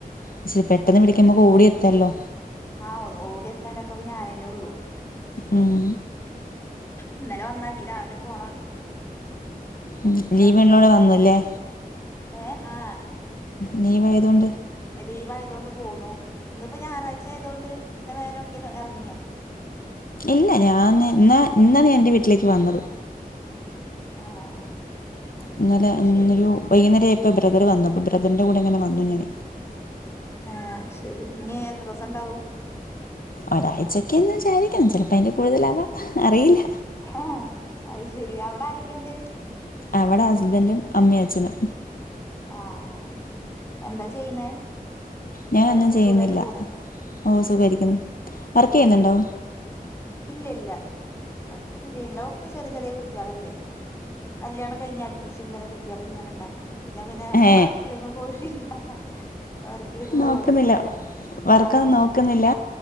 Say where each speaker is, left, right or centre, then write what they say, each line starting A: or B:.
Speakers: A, on the left; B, on the left.
A: അക്ഷരി പെട്ടെന്ന് വിളിക്കുമ്പോൾ ഓടടി എത്തല്ലോ
B: ആ ഓടി എത്താനൊക്കെ ഞാാന തന്നെ ഉള്ളു
A: ഉം
B: ഇന്നലെ വന്നഞ്ഞ രാവിലെ പോണം പിന്ത
A: ഉം ലീവ് ഉള്ളോടെ വന്നല്ലേ
B: ഏഹ് ആഹ്
A: ലീവ് ആയതുകൊണ്ട്
B: ലീവ് ആയത കൊൊണ്ട് പോകുന്നു ഇന്ന് ഇപ്പോ ഞായറാഴ്ച ആയതുകൊണ്ട് പിന്നെ വേറെ എവിടേങ്കലും ഇറങ്ങിയോ
A: ഇല്ല ഞാൻ ഇന്നാ ഇന്നാണ് ഞാൻ എൻ്റെ വീട്ടിലേക്ക് വന്നത്
B: ആഹ് ആഹ്
A: ഇന്നലെ
B: ശരി
A: ഇരു വൈകുന്നേരം ആയപ്പോ ബ്രദർ വന്നു അപ്പ ബ്രദറിന്റെ കൂടെ ഇങ്ങനെ വന്നു ഞാൻ
B: ആഹ് ശരി ഇനി എത്ര ദിവസം ഉണ്ടാവും
A: ഒരാഴ്ചൊക്കെന്ന് വിചാരിക്കണം ചിലപ്പോ അതിന്റെ കൂടുതലാവാം അറിയില്ല
B: ആഹ് അത് ശെരി അവിടെ ആരൊക്കെ ഇണ്ട്
A: അവിടെ ഹസ്ബൻഡും അമ്മയും അച്ഛനും
B: ആഹ് ആഹ് എന്താ ചെയ്യണ്
A: ഞാനൊന്നും
B: അവരൊക്കെ
A: ചെയ്യുന്നില്ല
B: സുഖായിട്ട് പോണു
A: ഓ സുഖമായിരിക്കുന്നു വർക്ക്
B: സുഖായിട്ട്
A: ചെയ്യുന്നുണ്ടോ
B: ഇല്ല ഇല്ല ആർക്കൊന്നും ചെയ്യയില്ല ഒക്കെ ചെറിയ ചെറിയ കുട്ടികളല്ലേ കല്യാണം കഴിഞ് അടുപ്പിച്ചച്ച് ഇങ്ങനെ കുട്ടികള ഇങ്ങനെ ഉണ്ടായി പിന്നെ പിന്നെ
A: ഏ
B: വർക്കിലൊന്നും പോയിട്ടില്ല വർക്കിനൊന്നും
A: നോക്കുന്നില്ല
B: പോയിട്ടില്ല
A: വർക്കൊന്നും
B: ആഹ്
A: നോക്കുന്നില്ല